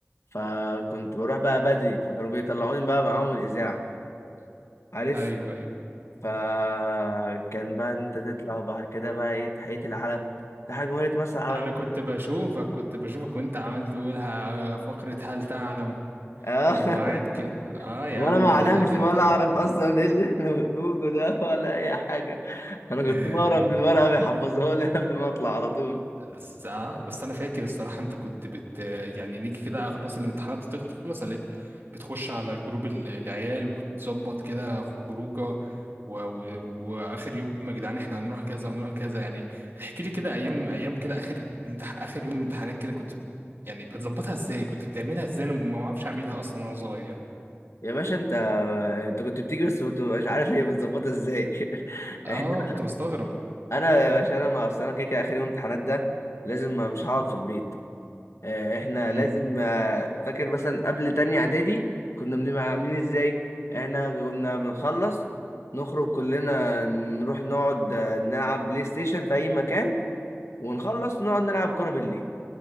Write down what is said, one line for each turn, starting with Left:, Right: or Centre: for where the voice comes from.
Left: فكنت بروح بقى بدري فكانوا بيطلعوني بقى معاهم الإذاعة عارف
Right: ايوه ايوه
Left: فكان بقى إن انت تطلع وبعد كده بقى ايه تحية العلم ده حاجة جمهورية مصر العربية
Right: انا كنت بشوفك كنت بشوفك وانت عمال تقولها فقره هل تعلم
Left: اه
Right: وقاعد
Left: <laughs>
Right: كده اه يا
Left: وانا
Right: عم
Left: ما اعلمش
Right: لا لا ده
Left: ولا
Right: انت
Left: اعرف اصلا ايه اللي احنا بنقوله ده ولا اي حاجه انا
Right: <laughs>
Left: كنت بقرا من الورقه
Right: <laughs>
Left: بيحفظوها لي قبل ما اطلع على طول
Right: بس آه بس انا فاكر الصراحه انت كنت بت يعني نيجي كده خلاص الامتحانات تخلص عليك بتخش على جروب ال- العيال وتظبط كده خروجه و... و... واخر يوم يا جدعان احنا هنروح كذا ونروح كذا يعني احكي لي كده ايام ايام كده اخر امتح... اخر يوم امتحانات كده كنت ب- يعني بتظبطها ازاي كنت بتعملها ازاي انا ما اعرفش اعملها اصلا وانا صغير
Left: يا باشا انت انت كنت بتيجي بس كنت مش عارف هي متظبطه ازاي <laughs>
Right: اه
Left: احنا
Right: كنت بستغرب
Left: انا يا باشا انا ما اصل انا كده كده اخر يوم امتحانات ده لازم ما مش هقعد في البيت آه، احنا
Right: امم
Left: لازم آه، فاكر مثلا قبل تانية اعدادي كنا بنبقى عاملين ازاي احنا كنا بنخلص نخرج كلنا نروح نقعد آه، نلعب بلاي ستيشن في اي مكان ونخلص نقعد نلعب كرة بالليل